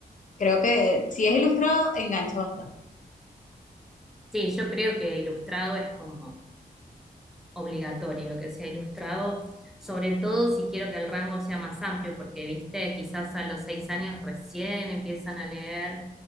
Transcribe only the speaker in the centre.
sí, yo creo que ilustrado es como obligatorio que sea ilustrado, sobre todo si quiero que el rango sea más amplio, porque, viste, quizás a los seis años recién empiezan a leer,